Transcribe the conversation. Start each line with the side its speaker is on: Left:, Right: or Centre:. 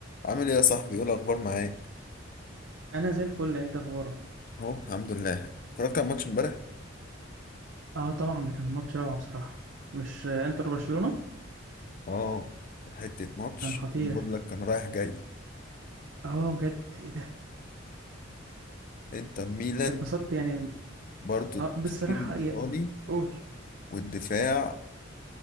Left: عامل ايه يا صاحبي ايه الاخبار معاك
Right: انا زي الفل انت اخبارك
Left: اهو الحمد لله اتفرجت على الماتش امبارح
Right: اه طبعا ده كان ماتش روعه بصراحه مش آه، انتر برشلونه
Left: اه كان حته ماتش
Right: كان خطير
Left: بقول لك كان رايح جاي
Right: اه بجد ايه ده
Left: انتر ميلان
Right: اتبسطت يعني
Left: برضو
Right: اه
Left: التفكير
Right: بصراحه
Left: الايطالي
Right: يا- قول
Left: والدفاع